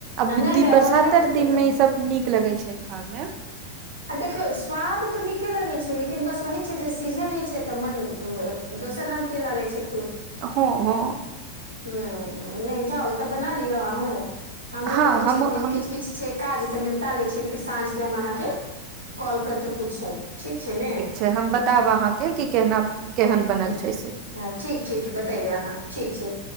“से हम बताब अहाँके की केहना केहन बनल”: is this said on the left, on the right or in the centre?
Right